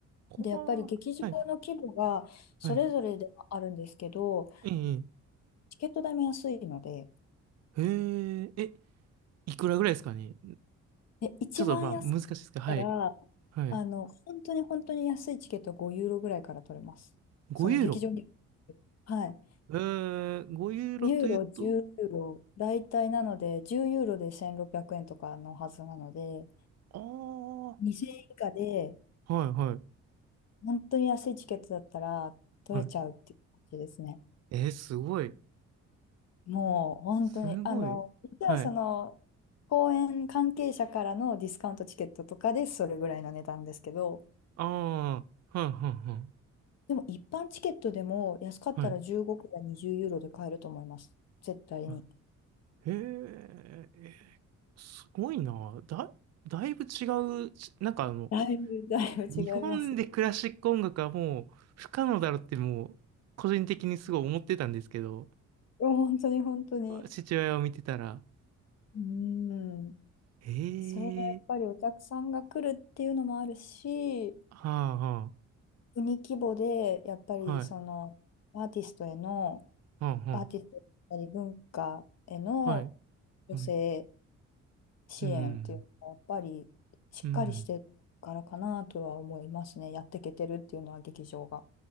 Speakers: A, on the right; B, on the left.
A: こわー、
B: で、やっぱり劇場の規模がそれぞれではあるんですけど、
A: はい、はい。ええ、
B: チケット代も安いので、
A: ええ、えいくらぐらいですかね
B: え、一番安い
A: ちょっとまあ難しいですけど、はい、
B: から、
A: はい。
B: あの、本当に本当に安いチケットは5ユーロぐらいから取れます。
A: 5ユーロ。
B: その劇場に。はい。
A: ええ、5ユーロというと、
B: ごユーロ、10ユーロ、大体なので、10ユーロで1600円とかのはずなので、
A: ああ、は
B: 2000円以下で、
A: いはい、
B: 本当に安いチケットだったら取れちゃうっていう感じですね。
A: はい。えー、すごい。
B: もう、本当に、
A: すごい。
B: あの、実はその、
A: はい。
B: 公演関係者からのディスカウントチケットとかでそれぐらいの値段ですけど、
A: ああ、はいは
B: でも一般チケットでも安かったら15から20ユーロで買えると思います。
A: いはい。はい。
B: 絶対に。
A: はいへえ、えーすごいな。だ、だいぶ違うし、なんかあの、
B: だいぶ、だいぶ違いますね。
A: 日本でクラシック音楽はもう不可能だろってもう個人的にすごい思ってたんですけど、
B: 本当に本当に。
A: 父親を見てたら、
B: うん。
A: ええ
B: それがやっぱりお客さんが来るっていうのもあるし、
A: はあは
B: 国規模でやっぱりそのアーティストへの、
A: あ、はい、はあは
B: アーティストだったり文化への
A: あ、はい、
B: 女性
A: はい、
B: 支援っていうのがやっぱりしっかりしてるからかなとは思いますね。
A: うん、うん、
B: やっていけてるっていうのは劇場が。